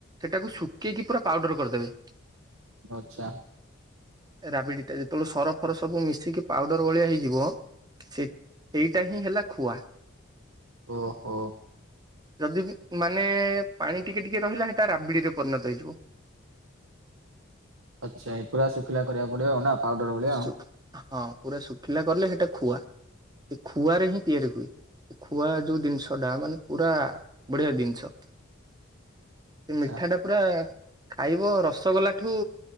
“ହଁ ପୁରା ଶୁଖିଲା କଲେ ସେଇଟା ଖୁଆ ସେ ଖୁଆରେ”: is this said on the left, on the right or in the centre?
Right